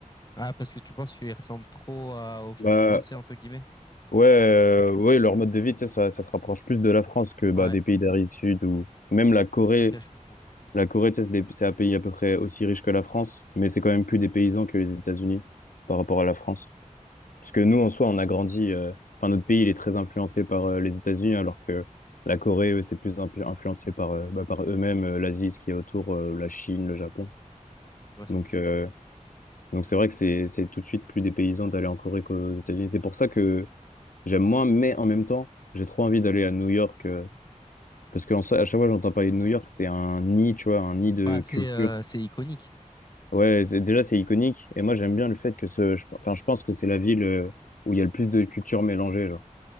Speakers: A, on the left; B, on the left.
A: Ah, parce que tu penses qu'il ressemble trop à- aux
B: Bah
A: Français, entre guillemets?
B: ouais, euh, ouais, leur mode de vie, tu sais, ça, ça se rapproche plus de la France que bah,
A: Ouais,
B: des pays d'Amérique du Sud ou même la Corée.
A: ok, je comprends.
B: La Corée, tu sais, c'est des- c'est un pays à peu près aussi riche que la France, mais c'est quand même plus dépaysant que les États-Unis par rapport à la France.
A: Ouais,
B: Parce que nous, en soi, on a grandi. euh, Enfin, notre pays, il est très influencé par euh, les États-Unis, alors que la Corée, eux, c'est plus impl- influencé par, euh, bah, par eux-mêmes, euh, l'Asie, ce qui est autour, euh, la Chine, le Japon.
A: je vois ce
B: Donc,
A: que c'est.
B: euh, donc
A: Ouais.
B: c'est vrai que c'est c'est tout de suite plus dépaysant d'aller en Corée qu'aux États-Unis. C'est pour ça que j'aime moins, mais en même temps, j'ai trop envie d'aller à New York. euh, parce qu'en soi, à chaque fois, j'entends parler de New York, c'est un nid, tu vois, un nid de
A: Bah, c'est
B: culture.
A: euh, c'est iconique.
B: Ouais, c'est- déjà, c'est iconique. Et moi, j'aime bien le fait que ce. je- Enfin, je pense que c'est la ville euh, où il y a le plus de culture mélangée, genre.